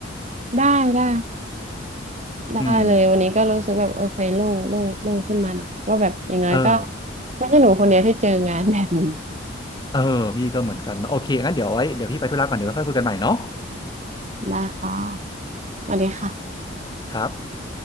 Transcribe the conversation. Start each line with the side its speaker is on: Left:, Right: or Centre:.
Right: ได้ได้ได้เลยวันนี้ก็รู้สึกแบบเออเคยโล่งโล่งโล่งขึ้นมาหน่อยว่าแบบอย่างน้อยก็
Left: อืมเออ
Right: ไม่ใช่หนูคนเดียวที่เจองานแบบนี้
Left: เออพี่ก็เหมือนกันเนอะโอเคงั้นเดี๋ยวไว้เดี๋ยวพี่ไปธุระก่อน เดี๋ยวไว้ค่อยคุยกันใหม่เนาะ
Right: ได้ค่ะสวัสดีค่ะ
Left: ครับ